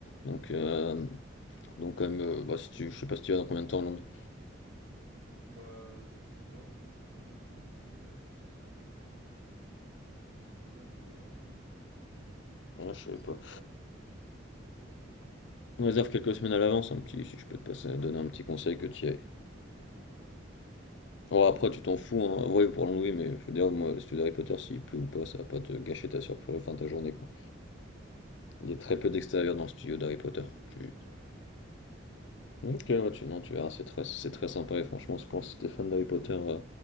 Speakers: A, on the left; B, on the right.
A: Donc, euh, donc quand même, euh, bah, si tu... je sais pas si tu vas dans combien de temps à Londres.
B: Bah, je sais pas, je vais peut-être pas y aller en ce moment parce que tu sais, la- c'est de la tempête là. euh, Il a l'air de pas mal pleuvoir à Londres. Donc, euh,
A: Ouais, je
B: moi,
A: sais
B: je
A: pas.
B: pense que j'irai, j'irai peut-être cet été, tu vois, euh, fin d'été.
A: On réserve quelques semaines à l'avance, un petit, si je peux te passer, donner un petit
B: Ouais,
A: conseil
B: ouais.
A: que tu y ailles.
B: Histoire qu'il fasse pas trop froid et que je kiffe pas trop
A: Oh,
B: là-bas.
A: après, tu t'en fous, hein. Oui, pour Londres, oui, mais je veux dire, moi, le studio d'Harry Potter, s'il pleut ou pas, ça va pas te gâcher ta surprise, enfin ta journée, quoi. Il y a très
B: Ok.
A: peu d'extérieur dans le studio d'Harry Potter.
B: Bah, je
A: Tu...
B: je verrai, je verrai, je verrai.
A: Ok, ouais, tu, non, tu verras, c'est très, c'est très sympa et franchement, je pense que si t'es fan d'Harry Potter, euh,